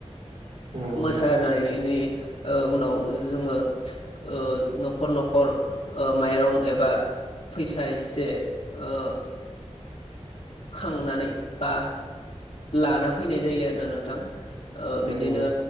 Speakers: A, on the right; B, on the left.
A: नंगौ
B: मोसानायनि
A: नंगौ
B: ओ उनाव जोङो ओ न'खर नख खर माइरं एबा फैसा एसे ओ खांनानै बा लाना फैनाय जायो आरोना नोंथां। ओ
A: नंगौ
B: बिदिनो